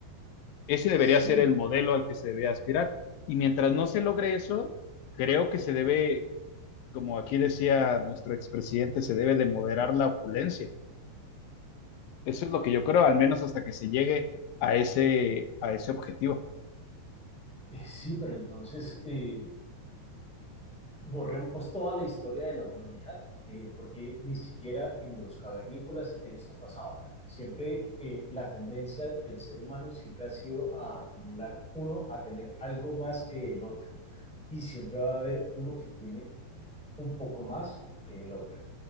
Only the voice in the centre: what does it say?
Sí,
eh, sí, pero entonces eh, borremos toda la historia de la humanidad, eh, porque ni siquiera en los cavernícolas esto pasaba. Siempre eh, la tendencia del ser humano siempre ha sido a acumular uno, a tener algo más que el otro, y siempre va a haber uno que tiene un poco más que el otro.